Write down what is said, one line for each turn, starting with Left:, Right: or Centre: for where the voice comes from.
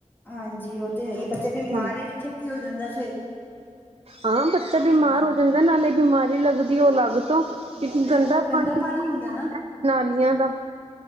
Left: ਹਾਂਜੀ, ਉਹ ਤੇ ਹੈ ਹੀ, ਬੱਚਾ ਬਿਮਾਰ
Right: ਹਾਂ
Left: ਹੀ ਛੇਤੀ ਹੋ ਜਾਂਦਾ ਫੇਰ।
Right: ਹਾਂ, ਬੱਚਾ ਬਿਮਾਰ
Left: ਹਾਂਜੀ
Right: ਹੋ ਜਾਂਦਾ, ਨਾਲੇ ਬਿਮਾਰੀ ਲੱਗਦੀ ਉਹ ਅਲੱਗ ਤੋਂ। ਕਿ
Left: ਬਿਲਕੁਲ
Right: ਗੰਦਾ
Left: ਉਹ
Right: ਪਾਣੀ
Left: ਹੁੰਦਾ
Right: <inaudible>
Left: ਨਾ
Right: ਨਾਲੀਆਂ ਦਾ।